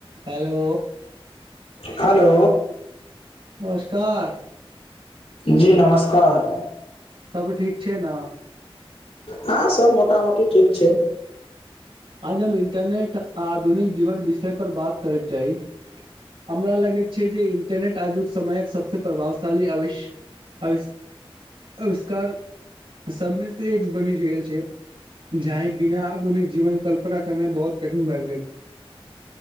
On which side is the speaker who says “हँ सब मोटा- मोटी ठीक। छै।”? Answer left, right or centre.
Left